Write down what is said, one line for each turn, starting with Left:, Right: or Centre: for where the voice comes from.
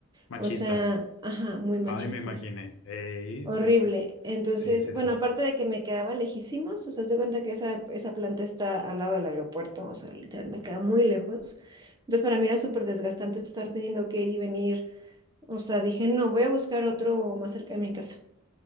Left: Machista.
Right: o sea, ajá, muy machista.
Left: Ay, me imaginé. Ey,
Right: Horrible.
Left: sí.
Right: Entonces,
Left: Sí, sí,
Right: bueno,
Left: sí.
Right: aparte de que me quedaba lejísimos, o sea, te cuenta que esa, esa planta está al lado del aeropuerto, o sea, literal, me queda muy lejos. Entonces, para mí era súper desgastante estar teniendo que ir y venir. O sea, dije, no, voy a buscar otro más cerca de mi casa.